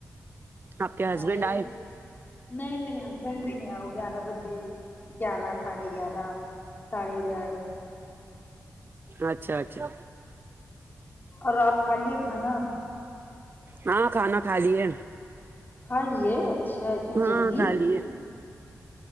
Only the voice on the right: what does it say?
آپ کے ہسبینڈ
اچھا اچھا
ہاں کھانا کھا لیے
ہاں
کھا لیے